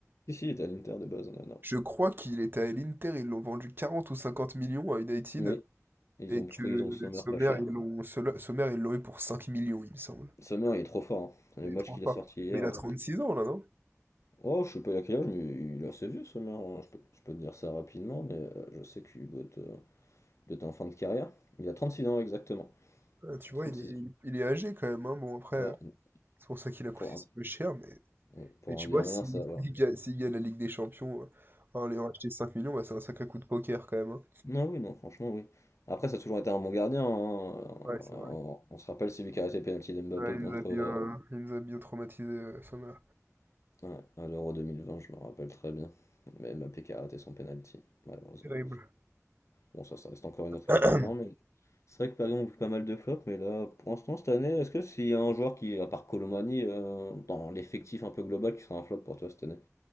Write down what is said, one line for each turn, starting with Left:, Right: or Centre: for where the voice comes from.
Left: Si, si, il était à l'Inter de base, Onana.
Right: Je crois qu'il était à l'Inter, ils l'ont vendu 40 ou 50 millions à United,
Left: Oui, ils
Right: et
Left: ont
Right: que
Left: pris, ils ont Sommer
Right: Sommer,
Left: pas cher.
Right: ils l'ont Sol- Sommer, ils l'ont eu pour 5 millions, il me semble.
Left: Sommer, il est trop fort. hein.
Right: Mais,
Left: Le match
Right: trop
Left: qu'il
Right: pas.
Left: a sorti hier.
Right: Mais il a
Left: euh,
Right: 36 ans, là, non?
Left: Oh, je sais pas il a quel âge, mais il est assez vieux, Sommer. hein. Je peux, je peux te dire ça rapidement, mais euh, je sais qu'il doit être, euh, doit être en fin de carrière. Il a 36 ans exactement.
Right: Euh, tu vois,
Left: 36
Right: il est, il
Left: ans.
Right: est- il est âgé quand même, hein. Bon, après,
Left: Ouais,
Right: euh, c'est pour ça qu'il a coûté
Left: pour
Right: si
Left: un,
Right: peu cher, mais,
Left: ouais, pour
Right: mais tu
Left: un gardien,
Right: vois, si-
Left: ça
Right: <laughs>
Left: va.
Right: s'il gagne, s'il gagne la Ligue des Champions euh, en l'ayant acheté 5 millions, bah, c'est un sacré coup de poker quand même, hein.
Left: Non, oui, non, franchement, oui. Après, ça a toujours été un bon gardien. hein. Euh,
Right: Ouais, c'est vrai.
Left: On, on se rappelle celui qui a arrêté le penalty d'Mbappé
Right: Ouais, il
Left: contre,
Right: nous a bien,
Left: euh,
Right: euh, il nous a bien traumatisé, euh, Sommer.
Left: Ouais, à l'Euro 2020, je me rappelle très bien. Mais Mbappé qui a raté son penalty, malheureusement.
Right: Terrible.
Left: Bon, ça, ça reste encore une
Right: <coughs>
Left: autre histoire, non, mais
Right: <clears throat>
Left: c'est vrai que Paris ont vu pas mal de flops, mais là, pour l'instant, cette année, est-ce que s'il y a un joueur qui, à part Colomani, euh, dans l'effectif un peu global, qui sera un flop pour toi cette année?